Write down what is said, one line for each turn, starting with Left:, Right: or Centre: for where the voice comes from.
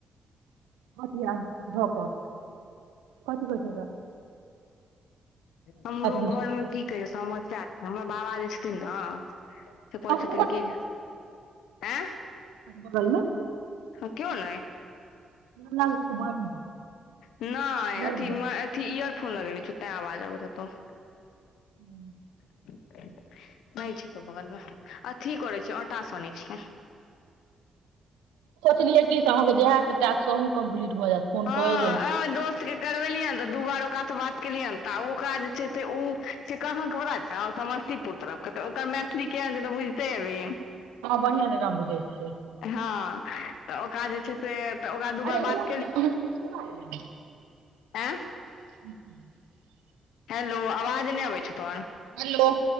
Right: कथि यर ध क कथी कहै छै त
Left: हमरो
Right: लहसुन
Left: घरमे की कहियो समझ हमर बाबा जे छथिन ने से कहय
Right: अहाँके
Left: छखिन की आ
Right: <unintelligible> मे
Left: कओ नही
Right: मे बाजू
Left: नहि
Right: मर्द
Left: अथि
Right: जकाँ
Left: अथि इयर फोन लगेने छ ते आवाज अबैत होतो
Right: <unintelligible>
Left: <unintelligible> नहि छैक बगलमे अथी करै छियै आटा सनै छियै
Right: सोचलियै की से अहा के जेहे टास्क अहो कम्प्लीट भऽ जायत फोन
Left: हँ
Right: कए लै छी
Left: आ दोस्त के करवेलियै हन तऽ दू बारो बात केलियै त ओक जे छै ओ छै कहाँ के से पता छउ समस्तीपुर तरफ क त मैथिली केहन छै तऽ बुझते हेभी
Right: हँ बढ़िआ जेका बुझैइ छियै
Left: हँ तऽ ओकरा जे छै से तऽ ओकरा दू बार
Right: अरे
Left: बात
Right: ओ एले हन आहाँ के इ पता य
Left: एं
Right: <inaudible>
Left: हेलो आवाज नहि अबै छौ तोहर
Right: हेलो